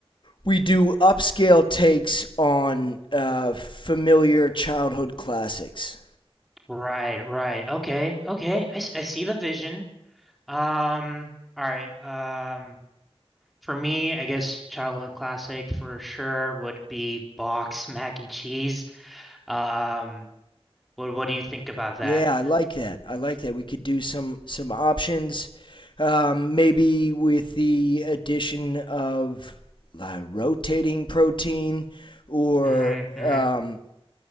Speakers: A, on the left; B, in the centre.
A: we do upscale takes on uh, familiar childhood classics.
B: right right okay okay I, s- I see the vision um all right um for me I guess childhood classic for sure would be box mac and cheese um what what do you think about that
A: Yeah, I like that. I like that. We could do some some options, um, maybe with the addition of uh, rotating protein, or
B: mm-hmm, mm-hmm.
A: um,